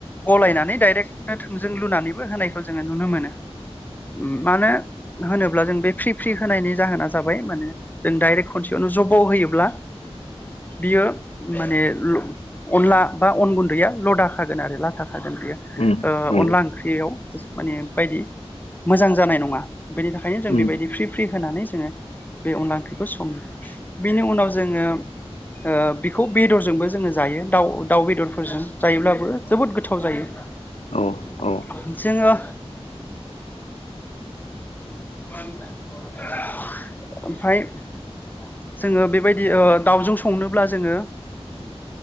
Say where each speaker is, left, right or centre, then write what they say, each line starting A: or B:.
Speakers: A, on the left; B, on the left.
A: गलायनानै डाइरेक्ट थोंजों लुनानैबो होनायखौ जोङो नुनो मोनो । मानो होनोब्ला जों बे फ्रि फ्रि होनायनि जाहोना जाबाय माने जों दडाइरेक्ट खनसेयावनो जबाव होयोब्ला बियो माने अनला बा अन गुन्दैया लदाखागोन आरो ला थाखागोन हागोन बेयो
B: उम उम नंगौ
A: अनला ओंख्रियाव माने बायदि मोजां जानाय नङा । बेनि थाखायनो जों
B: उम
A: बेबायदि फ्रि फ्रि होनानै ज जोङो बे अनला ओंख्रिखौ सङो बेनि उनाव जोङो ओ बेखौ बेदरजोंबो जोङो जायो । दाउ दाउ बेदरफोरजों जायोब्लाबो जोबोद गोथाव जायो ।
B: औ औ
A: जोङो ओमफाय। जोङो बेबायदि दाउजों संनोब्ला जोङो